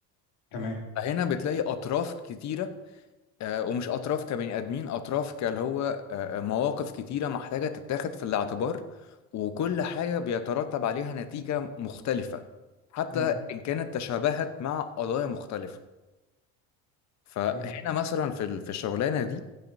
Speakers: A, on the left; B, on the left.
A: تمام
B: فهنا بتلاقي أطراف كتيرة آه، ومش أطراف كبني آدمين أطراف كاللي هو آه، آه، مواقف كتيرة محتاجة تتاخد في الاعتبار وكل حاجة بيترتب عليها نتيجة مختلفة حتى
A: امم
B: إن كانت تشابهت مع قضايا مختلفة فهنا
A: امم
B: مثلا في ال- في الشغلانة دي